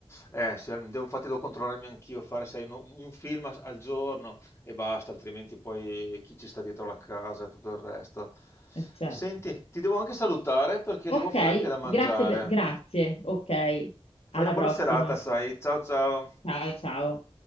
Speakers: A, on the left (about 25°); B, on the left (about 75°).
A: Eh, se- devo, infatti devo controllarmi anch'io, fare sai, uno- un film a- al giorno e basta, altrimenti poi chi ci sta dietro la casa e tutto il resto.
B: Eh, certo.
A: Senti, ti devo anche salutare perché devo
B: Ok,
A: fare anche da mangiare.
B: grazie, per- grazie, ok,
A: Fai
B: alla
A: una buona
B: prossima.
A: serata, sai. Ciao ciao.
B: Ciao, ciao.